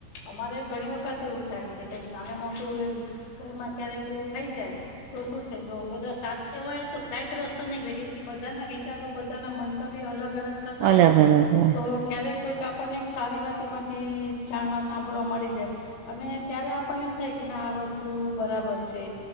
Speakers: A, on the left; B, on the right.
A: અમારે ઘણી વખત એવું થાય છે કેક નાને મોટું ઘરમાં ક્યારેક એવું થઈ જાય. તો શું છે જો બધા સા હોય તો કઈક રસ્તો નીકળે કેમ કે બધાના વિચારો બધાના મન તવી્ય અલગ અલગ થતા
B: અલગ
A: હોય છે
B: અલગ હોય
A: તો ક્યારેક કોઈક આપણને સારી વાત એમાંથી જાણવા સાંભળવા મળી જાય. અને ત્યારે આપણને એમ થાય કે ના આ વસ્તુ તું બરાબર છે